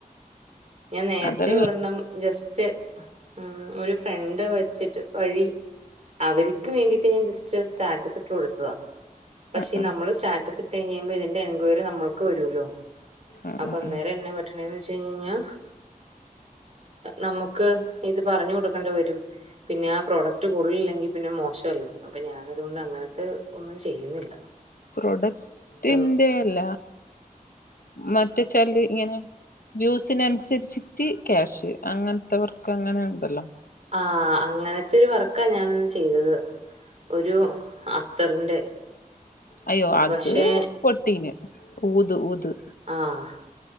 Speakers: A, on the right; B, on the left.
A: ഞാൻ നേരത്തെ
B: അതല്ല
A: ഒരെണ്ണം ജസ്റ്റ്‌ മ് ഒരു ഫ്രണ്ട് വെച്ചിട്ട് വഴി അവർക്ക് വേണ്ടി സ്റ്റാറ്റസ് ഇട്ട് കൊടുത്തതാ പക്ഷെ
B: ആഹ് ആഹ്
A: നമ്മള് സ്റ്റാസ്റ്റസ് ഇട്ട് കഴിയുമ്പോ ഇതിന്റെ എൻക്വയറി നമ്മൾക്ക് വരുല്ലോ
B: ആഹ്
A: അന്നേരം
B: ആഹ് ആഹ്
A: എന്നാ പറ്റണേന്ന് വെച്ച് കഴിഞ്ഞാആ നമുക്ക് ക്ക്‌ ഇത് പറഞ്ഞ് കൊടുക്കേണ്ടി വരും പിന്നെ ആ പ്രോഡക്ട് കൊള്ളില്ലെങ്കിൽ പിന്നെ മോശല്ലേ അപ്പൊ ഞാൻ അതുകൊണ്ട് അങ്ങനത്തെ ഒന്നും ചെയ്യുന്നില്ല
B: പ്രൊഡക്ടിന്റെയല്ല
A: അപ്പം
B: മറ്റച്ചാല് ഇങ്ങനെ വ്യൂസിനനുസരിച്ചിട്ട് ക്യാഷ് അങ്ങനത്തെവർക്ക് അങ്ങനെ ഉണ്ടല്ലോ!
A: ആഹ! അങ്ങനത്തെ ഒരു വർക്കാ ഞാനന്ന് ചെയ്തത് ഒരു അത്തറിന്റെ
B: അയ്യോ! അത്
A: പക്ഷെ
B: പൊട്ടീന് ഊതു ഊതു
A: ആഹ!